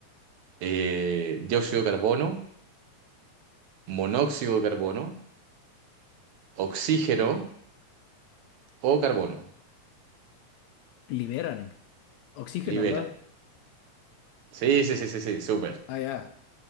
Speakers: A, on the right (about 75°); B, on the left (about 75°).
A: eh, dióxido de carbono, monóxido de carbono, oxígeno o carbono.
B: liberan oxígeno,
A: Libera.
B: ¿verdad?
A: Sí, sí, sí, sí, sí, súper.
B: Ah, ya,